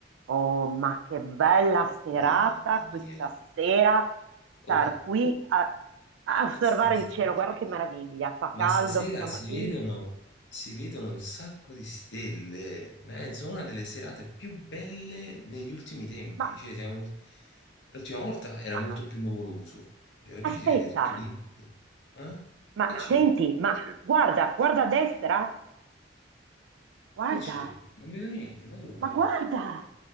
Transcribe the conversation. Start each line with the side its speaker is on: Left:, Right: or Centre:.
Right: Oh, ma che bella serata
Left: Mamma
Right: questa
Left: mia.
Right: sera, star
Left: Oh, ma,
Right: qui a, a osservare
Left: stasera,
Right: il cielo, guarda che meraviglia, fa
Left: ma
Right: caldo,
Left: stasera
Right: siamo
Left: si
Right: qui.
Left: vedono, si vedono un sacco di stelle. Penso una delle serate più belle negli ultimi tempi.
Right: Ma,
Left: Cioè, siamo- l'ultima volta era
Right: ma
Left: molto più nuvoloso. Cioè, oggi
Right: aspetta,
Left: si vede tutto limpido. Eh?
Right: ma
Left: Che c'è?
Right: senti, ma guarda, guarda a destra, guarda,
Left: Che c'è? Non vedo niente. Ma dove?
Right: ma guarda,